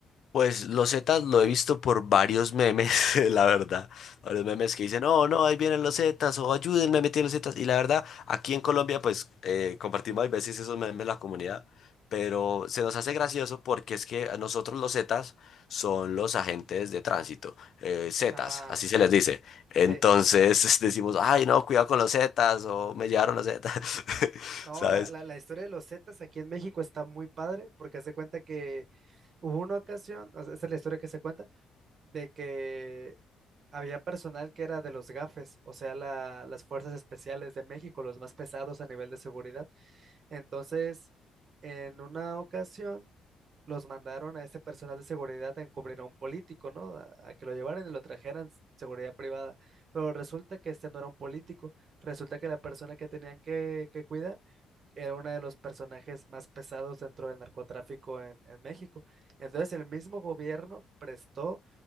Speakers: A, on the left (about 60°); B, on the right (about 50°).
A: Pues los Zetas lo he visto por varios memes, <laughs> la verdad. Varios memes que dicen, no, no, ahí vienen los Zetas, o ayúdenme a meter los Zetas. Y la verdad, aquí en Colombia, pues eh, compartimos a veces esos memes en la comunidad, pero se nos hace gracioso porque es que a nosotros los Zetas son los agentes de tránsito, eh, Zetas,
B: Ah,
A: así se les dice. Entonces
B: sí.
A: <laughs> decimos, ay, no, cuidado con los Zetas, o me llevaron los Zetas, <laughs>
B: No,
A: ¿sabes?
B: la, la, la historia de los Zetas aquí en México está muy padre porque haz de cuenta que Hubo una ocasión, o sea, esa es la historia que se cuenta, de que había personal que era de los GAFES, o sea, la- las fuerzas especiales de México, los más pesados a nivel de seguridad. Entonces, en una ocasión, los mandaron a este personal de seguridad a encubrir a un político, ¿no? A, a que lo llevaran y lo trajeran s- seguridad privada. Pero resulta que este no era un político, resulta que la persona que tenían que que cuidar era uno de los personajes más pesados dentro del narcotráfico en, en México. Entonces el mismo gobierno prestó